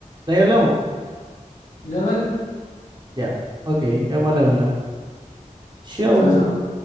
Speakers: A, on the right; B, on the left.
A: de ahí hablamos.
B: Ya dale.
A: Ya, ok, quedamos al habla. Chau.
B: Chao, chao.